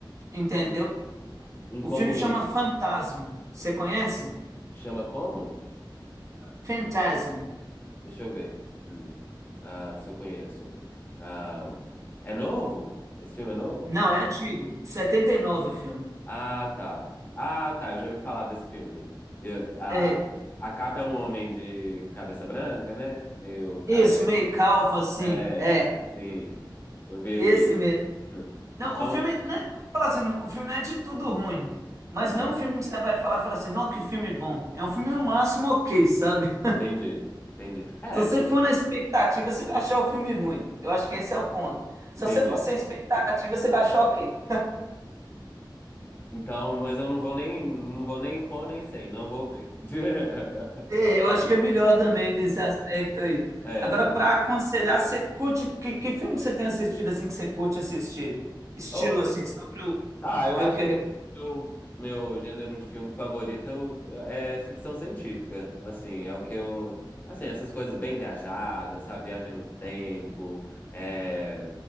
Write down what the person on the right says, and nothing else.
entendeu?
O
filme
chama Fantasma. Você conhece?
Fantasme.
Não, é antigo. setenta e nove o filme.
É,
isso, meio calvo assim.
É,
esse mesmo. Não,
o filme, né, eu vou falar assim, o filme não é de tudo ruim, mas
não é um filme que você vai falar e falar assim, não, que filme bom. É um filme no máximo ok, sabe?
Se você for na expectativa, você vai achar o filme ruim. Eu acho que
esse é o ponto.
Se você for sem expectativa, você vai achar ok.
É, eu acho que é melhor também nesse aspecto aí.
Agora,
para aconselhar, você curte, que, que filme que você tem assistido assim que você curte assistir? Estilo
assim, só para eu
ver
o que
eu